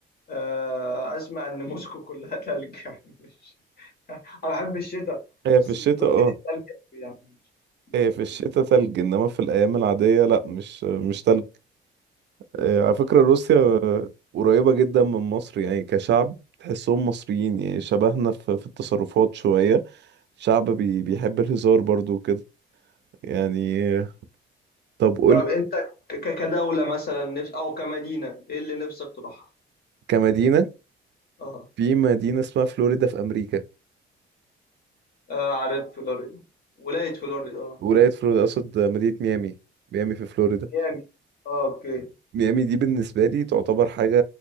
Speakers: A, on the left; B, on the right.
A: آه، أسمع إن موسكو كلها تلج <laughs> يعني مش انا بحب الشتاء
B: هي
A: بس
B: في الشتاء
A: مش لدرجه
B: اه
A: الثلج أوي يعني مش لدرجه
B: هي في الشتاء
A: ال...
B: تلج انما في الايام العادية لا مش مش تلج آه، على فكرة روسيا قريبة جدا من مصر يعني كشعب تحسهم مصريين يعني شبهنا في, في التصرفات شوية شعب بي بيحب الهزار برضو وكده يعني آه، طب قول
A: طب انت ك- ك- كدوله مثلا نفس او كمدينه ايه اللي نفسك تروحها
B: كمدينة
A: اه,
B: في مدينة اسمها فلوريدا في امريكا
A: آه عارف فلوريدا ولايه فلوريدا اه
B: ولاية فلوريدا اقصد مدينة ميامي ميامي في فلوريدا
A: ميامي اه اوكي
B: ميامي دي بالنسبة لي تعتبر حاجة